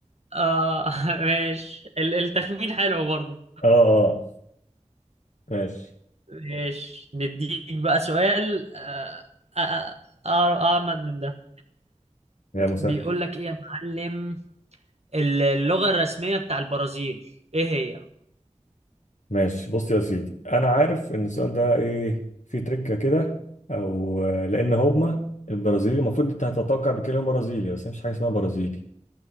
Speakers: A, on the right; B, on the left.
A: آه <laughs> ماشي ال- التخمين حلو برضه
B: <laughs> اه اه ماشي
A: ماشي نديك بقى سؤال آه آه آه آه أعمد من ده
B: يا مسهل
A: بيقول لك ايه يا معلم ال- اللغة الرسمية بتاع البرازيل ايه هي
B: ماشي بص يا سيدي انا عارف ان السؤال ده ايه فيه تركة كده او آه، لان هما البرازيلي المفروض انت هتتوقع بيتكلموا برازيلي بس هي مش حاجه اسمها برازيلي